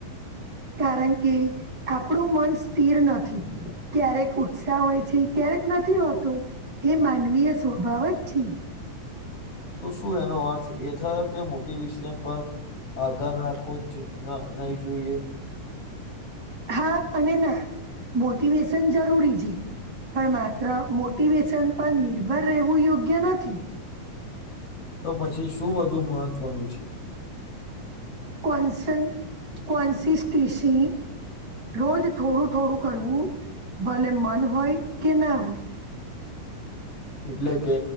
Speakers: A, on the right; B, on the left.
A: કારણ કે, આપણું મન સ્થિર નથી ક્યારેક ઉત્સાહ હોય છે ક્યારેક નથી હોતું. એ માનવીય સ્વભાવ જ છે.
B: તો શું એનો અર્થ એ થયો કે મોટી વિષય પર આધાર રાખો જ ન નહી જોઈએ.
A: હા અને ના મોટિવેશન જરૂરી છે. પણ માત્ર મોટિવેશન પર નિર્ભર રહેવું યોગ્ય નથી.
B: તો પછી શું વધુ મહત્વનું છે?
A: કોનસન કોનસી સ્ટીશી રોજ થોડું થોડું કરવું ભલે મન હોય કે ના હોય.
B: એટલે કે